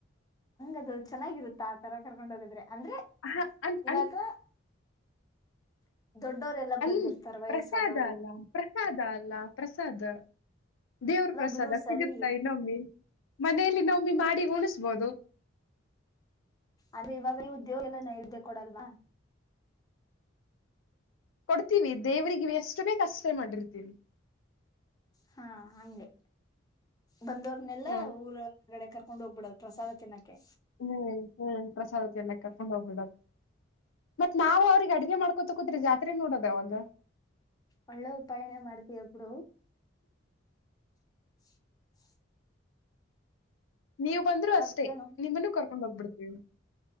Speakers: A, on the left; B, on the left.
A: ಅದು ಚೆನ್ನಾಗಿರುತ್ತಾ ತರ ಕರ್ಕೊಂಡ ಹೋಗಿದ್ರೆ ಅಂದ್ರೆ
B: ಹ ಅಂದ್
A: ಇವಾಗ <unintelligible>
B: ಅಲ್ಲಿ
A: ಬಂದಿರ್ತಾರ ವಯಸ್ಸಾದವ್ರು
B: ಪ್ರಸಾದ ಅಲ್ಲ ಪ್ರಸಾದ ಅಲ್ಲ ಪ್ರಸಾದ ದೇವ್ರ ಪ್ರಸಾದ
A: ಬಿಡು ಸರಿ
B: ಸಿಗುತ್ತಾ ಇ ನೋಗೆ ಮನೇೆಯಲ್ಲಿ ನಮ್ಮಿ ಮಾಡಿ ಉಣಿಸಬೋದು
A: ಅದೆ ಇವಾಗ ದೇವಿಗೆ ಎಲ್ಲ ನೈದೆ ಕೊಡಲ್ವಾ
B: ಕೊಡ್ತೀವಿ ದೇವ್ರರಿಗೆ ಎಷ್ಟು ಬೇಕ ಅಸರ ಮಾಡಿರ್ತೀವಿ
A: ಹಾ ಹಂಗೆ ಬಂದವರ್ನೆೆಲ್ಲಾ
B: ಹ್ಮ್
A: ಊರ ಒರಗಡೆ ಕರ್ಕ ಕೊಂಡ್ ಹೋಗ್ಬಿಡ್ದ ಪ್ರಸಾದ ತಿನ್ನಕ್ಕೆ
B: ಹ್ಮ್ ಹ್ಮ್ ಪ್ರಸಾದದ ಎನಕ್ಕ ಸಂಭವ ಕೂಡ ಮತ್ ನಾವು ಅವ್ರಿಗೆ ಅಡ್ಗೆ ಮಾಡ್ಕೊತ ಕೂತ್ ಜಾತ್ರೆ ನೋಡೋದ ಅವಾಗ
A: ಒಳ್ಳೆ ಉಪಾಯನೇ ಮಾಡ್ತೀಯಾ ಬಿಡೋ <unintelligible>
B: ನೀವು ಬಂದ್ರರು
A: ಮತ್ತೇನು
B: ಅಷ್ಟೇ ನಿಮ್ಮನ್ನು ಕರ್ಕೊಂಡ ಹೋಗ್ಬಿಡ್ತೀವಿ